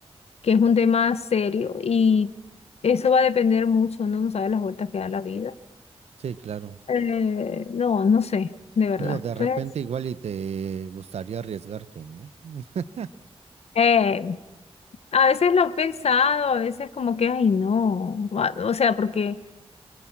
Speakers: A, on the left (about 75°); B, on the right (about 85°).
A: que es un tema serio y eso va a depender mucho, uno no sabe las vueltas que da la vida.
B: Sí, claro.
A: Eh, no, no sé, de verdad.
B: Digo, de
A: Entonces,
B: repente igual y te gustaría arriesgarte, ¿no? <laughs>
A: eh, a veces lo he pensado, a veces como que, ay, no, va- o sea, porque,